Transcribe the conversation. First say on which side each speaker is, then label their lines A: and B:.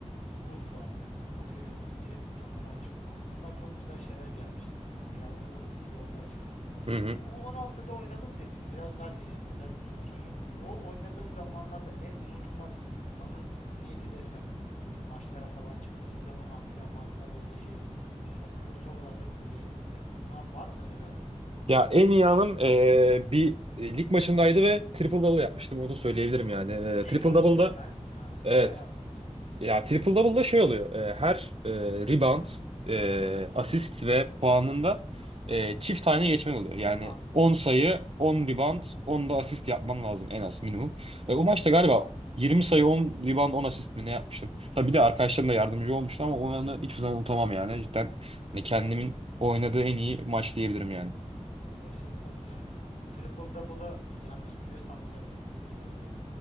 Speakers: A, on the left (about 80°); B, on the right (about 55°).
A: e, ruhla o görevi bitirip takıma çıkma. Bunlar çok güzel şeyler gelmişti bana. Biraz da o etkili oldu açıkçası.
B: Hı hı.
A: Bu U16'da oynadım dedim. Biraz daha derin özel bir soru soracağım. O oynadığın zamanlarda en unutulmaz anın neydi desem? Böyle maçlara falan çıktığınızda mı antrenmanda böyle şey mi yoksa birine crossover atıp bileğini mi kırdın? Ne yap- Var mı öyle bir anın?
B: Ya en iyi anım e, bir e, lig maçındaydı ve triple double yapmıştım onu söyleyebilirim yani. E,
A: Lig
B: triple
A: maçı.
B: double'da
A: Sen ha, sen
B: evet
A: bayağı oynamışsın.
B: Ya triple double'da şey oluyor. e, her e, rebound, e,
A: Hı hı.
B: asist ve puanında e, çift tane geçmen oluyor. Yani
A: Anladım,
B: 10
A: anladım.
B: sayı,
A: Hı hı.
B: 10 rebound, 10 da asist yapman lazım en az minimum.
A: Hı hı.
B: E, o maçta galiba 20 sayı, 10 rebound, 10 asist mi ne yapmıştım? Tabii bir de arkadaşlarım da yardımcı olmuştu ama o anı hiçbir zaman unutamam yani. Cidden hani kendimin
A: E, bir-
B: oynadığı en iyi maç diyebilirim yani.
A: e, başarı tabii canım. Bu triple double'ı yanlış biliyorsam düzelt. E,